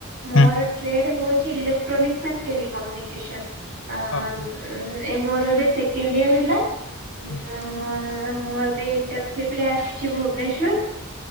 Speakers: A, on the right; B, on the left.
A: ମୋର
B: ହୁଁ।
A: ଟ୍ରେଡ ହଉଛି ଇଲୋକ୍ଟ୍ରୋନିକ୍ ଫାଷ୍ଟ ଟେଲିକମୁନିକେସନ। ଆ
B: ଓହୋ।
A: ମୋର ଏବେ ସେକେଣ୍ଡ ଇୟର ହେଲା। ମୁଁ
B: ହୁଁ,
A: ମୁଁ ଏବେ ଇଣ୍ଟରନସିପ ରେ ଆସିଛି ଭୁବନେଶ୍ଵର।